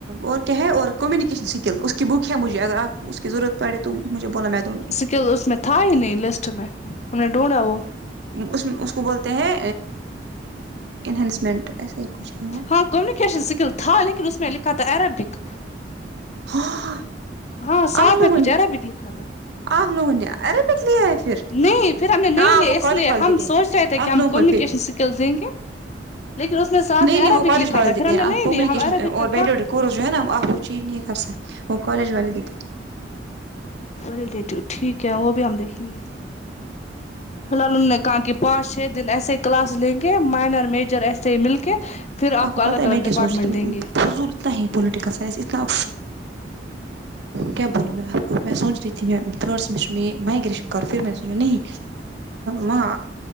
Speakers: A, on the right; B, on the left.
A: اور کیا ہے اور کمیونیکیشن اسکل اس کی بک ہے مجھے اگر آپ اس کی ضرورت پڑے تو مجھے بولا میں دوں گی
B: ٹیل اس میں تھا ہی نہیں لسٹ میں ہم نے ڈھونڈا وہ
A: اس اس کو بولتے ہیں اینہانسمنٹ ایسے ہی کچھ ہے وہ
B: ہاں کمیونکیشن سکل تھا لیکن اس میں لکھا تھا عربک
A: ہاں
B: ہاں ساتھ
A: آپ
B: میں
A: لوگوں
B: کچھ
A: نے
B: عربک لکھا تھا
A: آپ لوگوں نے عربک لیا ہے پھر
B: نہیں پھر ہم نے نہیں
A: ہاں
B: لے
A: وہ
B: اس
A: کالج
B: لیے
A: والے
B: ہم
A: دیتے ہیں
B: سوچ
A: پھر
B: رہے تھے کہ
A: آپ
B: ہم
A: لوگوں کو
B: کمیونکیشن
A: پھر
B: س کل دیں گے لیکن اس میں ساتھ
A: نہیں
B: میں
A: نہیں
B: عربک
A: وہ کالج
B: لکھا
A: والے
B: تھا
A: دیتے
B: پھر ہم
A: ہیں
B: نے نہیں
A: آپ کمیونیکیشن
B: لیا ہم عربک
A: اور
B: کا
A: ویڈیوز
B: کیا کرتے
A: جو ہے نا چی نہیں کر سکتی وہ کالج والے دی تھے
B: والیدٹور ٹھیک ہے وہ بھی ہم دیکھیں گے فی الحال ہمنے کہا کہ پانچ چھ دن ایسے کلاس لیں گے مائنر میجر ایسے ہی مل کے پھر
A: آپ کو
B: الگ
A: پتہ ہے
B: الگ
A: میں
B: ڈپارٹمنٹ
A: کیا سوچی
B: دیں گے
A: فضول اتنا ہی پولیٹیکا سائنس اتنا کیا بولو میں آپ کو میں سوچرہی تھی میں تھرڈ سمسٹر میں مگریشن کر پھر میں نے سوچا نہیں وہاں